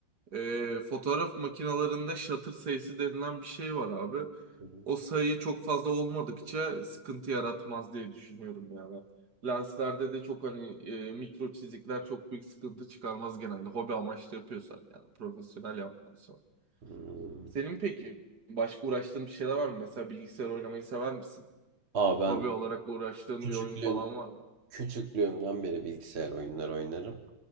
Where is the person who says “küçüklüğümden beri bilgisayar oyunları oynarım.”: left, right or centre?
Right